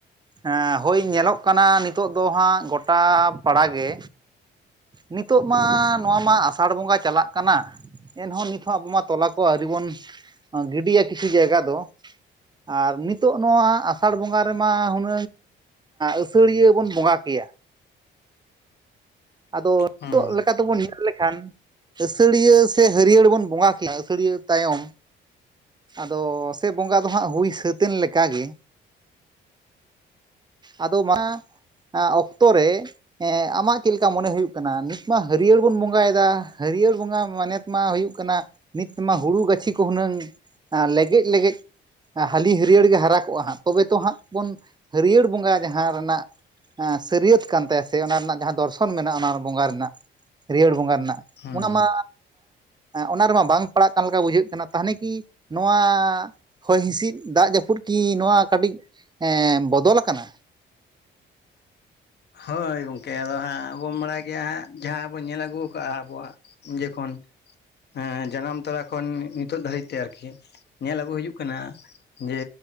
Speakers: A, on the right (about 20°); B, on the left (about 55°).
A: ᱮᱸ ᱦᱳᱭ ᱧᱮᱞᱚᱜ ᱠᱟᱱᱟ ᱱᱤᱛᱚᱜ ᱫᱚ ᱦᱟᱸᱜ ᱜᱳᱚᱴᱟ ᱯᱟᱲᱟᱜᱮ ᱱᱤᱛᱚᱜ ᱢᱟ ᱱᱚᱣᱟ ᱢᱟ ᱟᱥᱟᱲ ᱵᱚᱸᱜᱟ ᱪᱟᱞᱟᱜ ᱠᱟᱱᱟ᱾ ᱮᱱᱦᱚᱸ ᱱᱤᱛᱦᱚᱸ ᱟᱵᱚ ᱢᱟ ᱛᱚᱞᱟ ᱠᱚ ᱟᱹᱣᱨᱤ ᱵᱚᱱ ᱜᱤᱰᱤᱭᱟ ᱠᱤᱪᱷᱩ ᱡᱟᱭᱜᱟ ᱫᱚ, ᱟᱨ ᱱᱤᱛᱚᱜ ᱱᱚᱣᱟ ᱟᱥᱟᱲ ᱵᱚᱸᱜᱟ ᱨᱮᱢᱟ ᱦᱩᱱ ᱟᱹᱥᱟᱹᱲᱤᱭᱟᱹ ᱵᱚᱱ ᱵᱚᱸᱜᱟ ᱠᱮᱭᱟ᱾ ᱟᱫᱚ ᱱᱤᱛᱚᱜ
B: ᱦᱩᱸ
A: ᱞᱮᱠᱟ ᱛᱮᱵᱚᱱ ᱧᱮᱞ ᱞᱮᱠᱷᱟᱱ ᱟᱹᱥᱟᱹᱲᱤᱭᱟᱹ ᱥᱮ ᱦᱟᱹᱨᱭᱟᱹᱲ ᱵᱚᱱ ᱵᱚᱸᱜᱟ ᱠᱮᱭᱟ ᱟᱹᱥᱟᱹᱲᱤᱭᱟᱹ ᱛᱟᱭᱚᱢ᱾ ᱟᱫᱚ ᱥᱮ ᱵᱚᱸᱜᱟ ᱫᱚ ᱦᱟᱸᱜ ᱦᱩᱭ ᱥᱟᱹᱛᱮᱱ ᱞᱮᱠᱟᱜᱮ᱾ ᱟᱫᱚ ᱢᱟ ᱚᱠᱛᱚ ᱨᱮ, ᱟᱢᱟᱜ ᱪᱮᱫ ᱞᱮᱠᱟ ᱢᱚᱱᱮ ᱦᱩᱭᱩᱜ ᱠᱟᱱᱟ, ᱱᱤᱛ ᱢᱟ ᱦᱟᱹᱨᱭᱟᱹᱲ ᱵᱚᱱ ᱵᱚᱸᱜᱟᱭᱮᱫᱟ, ᱦᱟᱹᱨᱭᱟᱹᱲ ᱵᱚᱸᱜᱟ ᱢᱟᱱᱮᱛ ᱢᱟ ᱦᱩᱭᱩᱜ ᱠᱟᱱᱟ, ᱱᱤᱛ ᱢᱟ ᱦᱩᱲᱩ ᱜᱟᱹᱪᱷᱤ ᱠᱚ ᱦᱩᱱᱟᱹᱝ ᱞᱮᱜᱮᱡ-ᱞᱮᱜᱮᱡ ᱦᱟᱹᱞᱤ ᱦᱟᱹᱨᱭᱟᱹᱲ ᱜᱮ ᱦᱟᱨᱟ ᱠᱚᱜᱼᱟ ᱦᱟᱸᱜ, ᱛᱚᱵᱮ ᱛᱚ ᱦᱟᱸᱜ ᱵᱚᱱ ᱦᱟᱹᱨᱭᱟᱹᱲ ᱵᱚᱸᱜᱟ ᱡᱟᱦᱟᱸ ᱨᱮᱱᱟᱜ ᱥᱟᱹᱨᱭᱟᱹᱛ ᱠᱟᱱ ᱛᱟᱭᱟ, ᱥᱮ ᱚᱱᱟ ᱨᱮᱱᱟᱜ ᱡᱟᱦᱟᱸ ᱫᱚᱨᱥᱚᱱ ᱠᱷᱚᱱ ᱢᱮᱱᱟᱜᱼᱟ ᱚᱱᱟ ᱵᱚᱸᱜᱟ ᱨᱮᱱᱟᱜ, ᱦᱟᱹᱲᱭᱟᱹᱲ ᱵᱚᱸᱜᱟ ᱨᱮᱱᱟᱜ,
B: ᱦᱩᱸ
A: ᱚᱱᱟ
B: ᱦᱩᱸ
A: ᱢᱟ ᱚᱱᱟ ᱨᱮᱢᱟ ᱵᱟᱝ ᱯᱟᱲᱟᱜ ᱠᱟᱱ ᱞᱮᱠᱟ ᱵᱩᱡᱷᱟᱹᱜ ᱠᱟᱱᱟ, ᱛᱟᱦᱚᱞᱮ ᱠᱤ ᱱᱚᱣᱟ ᱦᱚᱭ ᱦᱸᱤᱥᱤᱫ ᱫᱟᱜ ᱡᱟᱹᱯᱩᱫ ᱠᱤ ᱱᱚᱣᱟ ᱠᱟᱹᱴᱤᱡ ᱮ ᱵᱚᱫᱚᱞ ᱠᱟᱱᱟ?
B: ᱦᱳᱭ ᱜᱚᱝᱠᱮ ᱟᱫᱚ ᱦᱟᱸᱜ ᱟᱵᱚᱱ ᱵᱟᱲᱟᱭ ᱜᱮᱭᱟ ᱦᱟᱸᱜ ᱡᱟᱦᱟᱸ ᱵᱚᱱ ᱧᱮᱞ ᱟᱹᱜᱩ ᱠᱟᱜᱼᱟ, ᱟᱵᱚᱣᱟᱜ ᱡᱚᱠᱷᱚᱱᱸ ᱮᱸ ᱡᱟᱱᱟᱢ ᱛᱚᱨᱟ ᱠᱷᱚᱱ ᱱᱤᱛᱚᱜ ᱫᱷᱟᱹᱨᱤᱡ ᱛᱮ ᱟᱨᱠᱤ᱾ ᱧᱮᱞ ᱟᱹᱜᱩ ᱦᱩᱭᱩᱜ ᱠᱟᱱᱟ᱾ ᱡᱮ